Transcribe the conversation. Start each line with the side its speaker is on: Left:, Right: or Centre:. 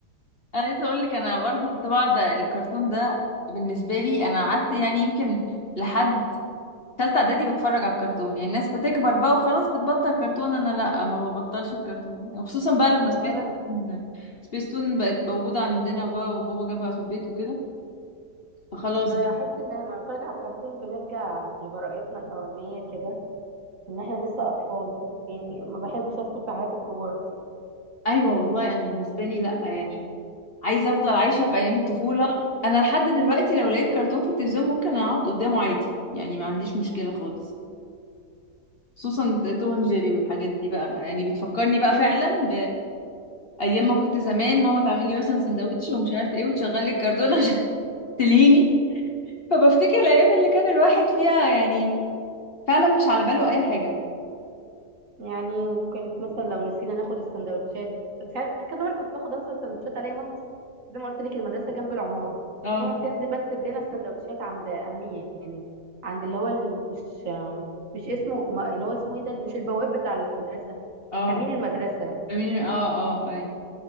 Left: انا لسه اقول لك انا برضو كنت بقعد الكرتون ده بالنسبه لي انا قعدت يعني يمكن لحد ثالثه اعدادي بتفرج على الكرتون يعني الناس بتكبر بقى وخلاص بتبطل كرتون انا لا ما ببطلش الكرتون وخصوصا بقى
Right: <laughs>
Left: لما سبيس
Right: ولا انا
Left: تون سبيس تون بقت موجوده عندنا بقى وبابا جابها في البيت وكده فخلاص
Right: بحس ان احنا لما بنتفرج على الكرتون بنرجع لبراءتنا الاولانيه كده ان احنا لسه اطفال يعني ما بحبش ادخل في حياه الكبار
Left: ايوه والله انا بالنسبه لي لا يعني عايزه افضل عايشه في ايام الطفوله انا لحد دلوقتي لو لقيت كرتون في التلفزيون ممكن اقعد قدامه عادي يعني ما عنديش مشكله خالص خصوصا توم اند جيري والحاجات دي بقى يعني بتفكرني بقى فعلا بايام ما كنت زمان ماما تعمل لي مثلا سندوتش ومش عارفه ايه وتشغل لي الكرتون <laughs> عشان تلهيني فبفتكر الايام اللي كان الواحد فيها يعني فعلا مش على باله اي حاجه
Right: يعني وكانت مثلا لو نسينا ناخد السندوتشات ساعات كذا مرة كنت باخد انسى السندوتشات الاقي مامتي زي ما قلت لك المدرسة جنب العمارة
Left: اه
Right: ماما تنزل بقى تسيب لنا السندوتشات عند أمية يعني عند اللي هو ال- مش مش اسمه ما- اللي هو اسمه ايه ده مش البواب بتاع المدرسة
Left: اه
Right: أمين المدرسة
Left: امين اه اه ايوه